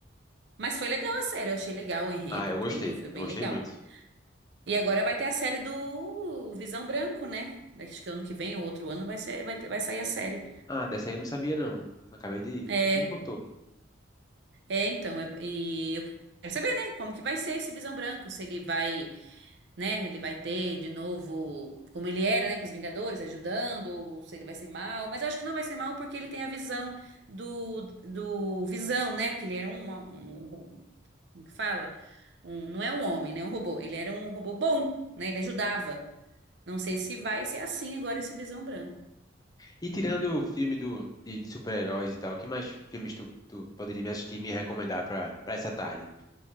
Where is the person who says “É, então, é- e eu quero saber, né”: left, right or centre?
Right